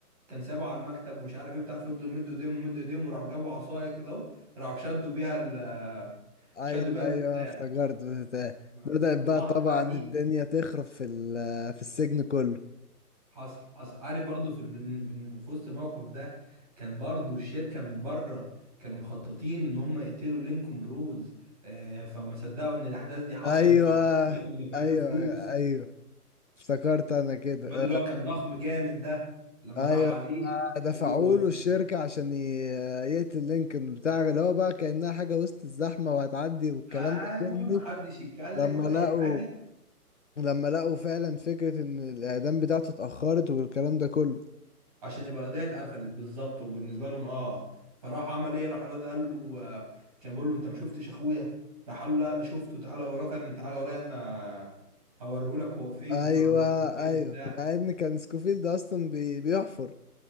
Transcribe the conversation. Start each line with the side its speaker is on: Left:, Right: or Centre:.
Right: كان سابه على المكتب ومش عارف ايه بتاع فضلوا مدوا ايديهم ومدوا ايديهم وراحوا جابوا عصايه كده اهو راحوا شدوا بيها ال
Left: ايوه
Right: شدوا بيها المفتاح
Left: ايوه افتكرت بتاع.
Right: بس
Left: بدأت
Right: في
Left: بقى
Right: اللحظه
Left: طبعا
Right: بقى دي
Left: الدنيا تخرب في ال- في السجن كله
Right: حصل حصل عارف برضو في البن- بن- في وسط الموقف ده كان برضو الشركه من بره كانوا مخططين ان هم يقتلوا لينكولن بروز آه، فما صدقوا ان الاحداث دي حصلت
Left: ايوه
Right: فكانوا دافعين
Left: ايوه
Right: له فلوس
Left: ايوه افتكرت انا كده
Right: الواد اللي
Left: آه،
Right: هو كان ضخم جامد ده لما
Left: ايوه
Right: راح عليه
Left: ما دفعوا
Right: قال له
Left: له الشركه عشان ي- يقتل لينكولن بتاع اللي هو بقى كانها حاجه وسط الزحمه وهتعدي والكلام
Right: آه،
Left: ده كله
Right: ايوه ما حدش يتكلم
Left: لما
Right: ولا
Left: لقوا
Right: اي حاجه
Left: لما لقوا فعلا فكره ان الاعدام بتاعته اتاخرت والكلام ده كله
Right: عشان يبقى القضيه اتقفلت بالظبط وبالنسبه لهم اه فراح عمل ايه راح الواد قال له آه، كان بيقول له انت ما شفتش اخويا راح قال له لا انا شفته تعالى وراه كان تعالى ورايا انا هوريهولك هو فين
Left: ايوه
Right: ومش هوريهولك هو فين
Left: ايوه
Right: وبتاع
Left: مع ان كان سكوفيلد اصلا بي- بيحفر